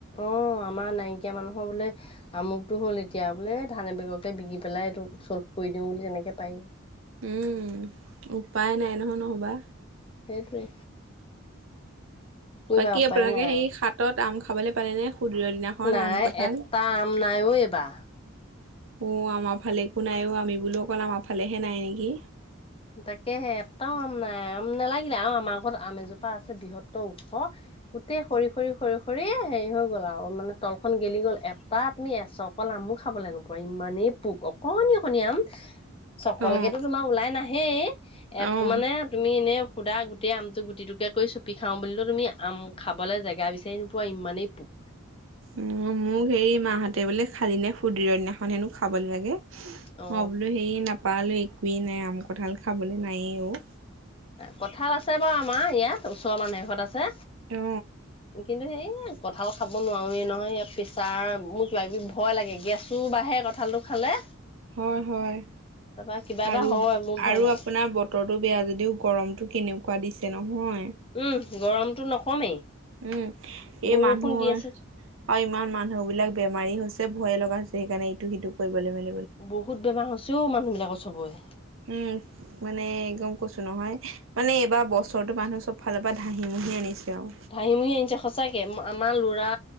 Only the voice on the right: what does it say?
উম উপায় নাই নহয় নহ'বা।
বাকী
আপোনালোকে
হেই
সাতত আম খাবলে পালে নে? সুদিনৰ দিনাখন
আম কঁঠাল।
<inaudible>
অ', আমাৰ ফালে একো নাই অ'আমি বোলো অকল আমাৰ ফালেহে নাই নেকি।
অ
অ
উম', মোক হেৰি মা হতে বোলে খালি নে সুদিৰ দিনাখন হেনো খাবলৈ লাগে। মই
বোলো হেৰি নাপালো একোৱেই নাই আম কঠাল খাবলৈ নাইয়ে অ'।
অহ
হয়', হয়'
আৰু
আৰু
আপোনাৰ বতৰটো বেয়া যদ। তেও গৰমতটো কেনেকুৱা দিছে নহয়।
উম', এই
মানুহ
আৰু
ইমান মানুহবিলাক বেমাৰী হৈছে। যে ভয়ে লগা হৈছে সেইকাৰণে এইটো সিটো কৰিবলৈ মানে।।
উম', মানে একদম কৈছো নহয় মানে এইবাৰ বছৰটো মানুহে চব এফালৰ পা ধাহিমোহি আনিছে। আৰু